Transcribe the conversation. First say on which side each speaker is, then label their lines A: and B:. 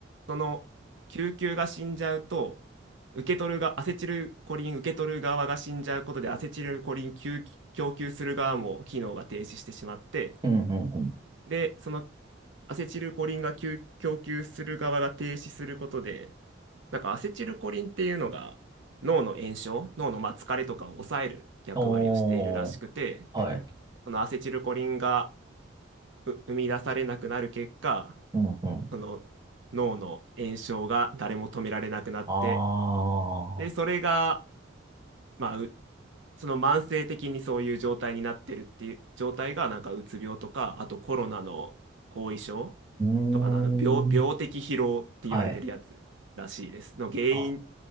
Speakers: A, on the right (about 75°); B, on the right (about 20°).
A: その救急が死んじゃうと受け取るがアセチルコリン受け取る側が死んじゃうことでアセチルコリン供供給する側も機能が停止してしまって
B: うんうんうん。
A: でそのアセチルコリンが供供給する側が停止することでなんかアセチルコリンっていうのが脳の炎症脳のまあ疲れとかを抑える役割をしているらしくて
B: おー、はい。
A: そのアセチルコリンがう生み出されなくなる結果
B: うんうん。
A: その脳の炎症が誰も止められなくなって
B: あー、
A: で、それが、まあ、うその慢性的にそういう状態になってるっていう状態が、なんかうつ病とか、あとコロナの後遺症
B: うー
A: とかの、あの病、病的疲労って言われてるやつらしいです。
B: ん。はい。
A: の原因、
B: あ、